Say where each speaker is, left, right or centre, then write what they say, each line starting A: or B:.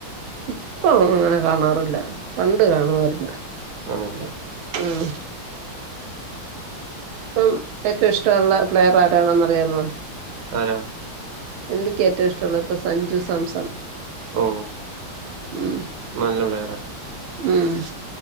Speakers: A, on the right (about 80°); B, on the right (about 55°).
A: ഇപ്പം അങ്ങനെ കാണാറില്ല. പണ്ട് കാണുവാര്ന്ന്‌.
B: ആണല്ലേ?
A: ഹ്മ് ഇപ്പം ഏറ്റവും ഇഷ്ടമുള്ള പ്ലെയർ ആരാണെന്നറിയാമോ?
B: ആരാ?
A: എന്നിക്ക് ഏറ്റവും ഇഷ്ടള്ളത് സഞ്ജു സാംസൺ.
B: ഓ
A: ഉം
B: നല്ല പ്ലെയറ.
A: ഉം